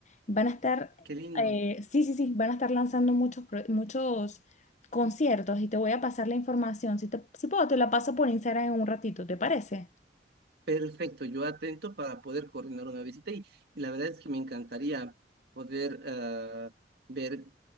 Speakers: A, on the left; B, on the right.
A: Van a estar,
B: Qué lindo.
A: eh, sí, sí, sí, van a estar lanzando muchos, pro- muchos conciertos y te voy a pasar la información. Si, te- si puedo, te la paso por Instagram en un ratito, ¿te parece?
B: Perfecto, yo atento para poder coordinar una visita y, y la verdad es que me encantaría poder ah, ver